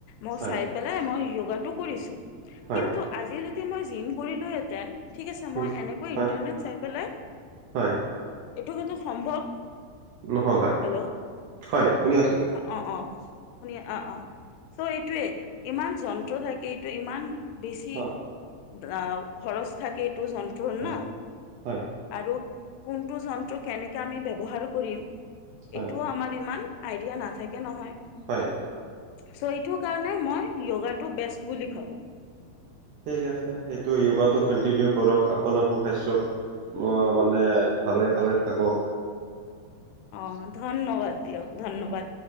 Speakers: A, on the left; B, on the right.
A: মই
B: হয়
A: চাই পেলাই মই য়গাটো কৰিছোঁ।
B: হয়
A: কিন্তু আজি যদি মই জিম কৰিলোহেঁতেন ঠিক আছে মই
B: উম
A: এনেকৈ
B: হয়
A: ইণ্টাৰনেট চাই পেলাই
B: হয়
A: এইটো কিন্তু সম্ভৱ।
B: নহ'ল হয়
A: হেল্ল'।
B: হয় শুনি আছো
A: অহ', অহ'। শুনিয অহ', অহ' চ' এইটোৱে ইমান যন্ত্ৰ থাকে এইটো ইমান বেছি
B: হয়
A: অহ, খৰচ থাকে এইটো যন্ত্ৰণ
B: হয়
A: না
B: হয়
A: আৰু কোনটো যন্ত্ৰ কেনেকৈ আমি ব্যৱহাৰ কৰিম,
B: হয়
A: এইটোও আমাৰ ইমান আইডিয়া নাথাকে নহয়।
B: হয়।
A: চ' এইটো কাৰণে মই য়োগাটো বেষ্ট বুলি ভাবোঁ।
B: ঠিক আছে সেইটো য়োগাটো কন্টিনিউ কৰক আপোনাৰ সু-স্বাস্থ্যৰ অহ' মানে ভালে ভালে থাকক।
A: অহ' ধন্যবাদ দিয়ক ধন্যবাদ।